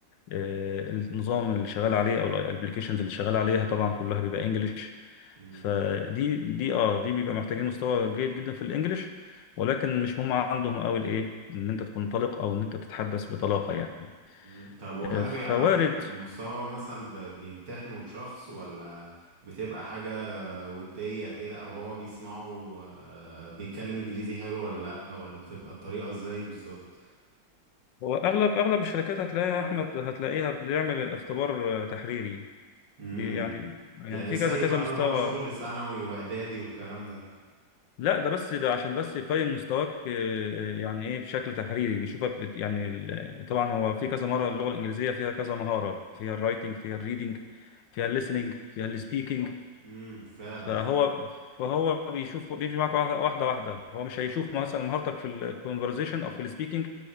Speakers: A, on the left; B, on the right.
A: آه، النظام اللي شغال عليه او الابلكيشنز اللي شغال عليها طبعا كلها بيبقى انجلش
B: مم.
A: فدي دي اه دي بيبقى محتاجين مستوى جيد جدا في الانجليش ولكن مش مهم عندهم قوي الايه ان انت تكون طلق او ان انت تتحدث بطلاقه يعني
B: مم. طب وهل
A: آه، فوارد
B: بيعرفوا مستوى مثلا ب- بيمتحنوا الشخص ولا بتبقى حاجة ودية كده او هو بيسمعوا آه، بيتكلم انجليزي حلو ولا لا ولا بتبقى الطريقة ازاي بالظبط
A: هو اغلب اغلب الشركات هتلاقيها يا احمد هتلاقيها بتعمل اختبار آه، تحريري
B: امم
A: دي يعني يعني
B: يعني
A: في
B: زي
A: كذا كذا
B: بقى
A: مستوى
B: اللي هو شغل ثانوي واعدادي والكلام ده
A: لا ده بس ده عشان بس يقيم مستواك آه، آه، يعني ايه بشكل تحريري بيشوفك بت يعني ال- آه، طبعا هو في كذا مره اللغه الانجليزيه فيها كذا مهاره فيها الرايتنج فيها الريدنج فيها الليسننج فيها السبيكنج
B: امم فعلا
A: فهو
B: في
A: فهو بيشوف بيمشي معاك واحده واحده واحدة. هو مش هيشوف مثلا مهارتك في الكونفرزيشن او في السبيكنج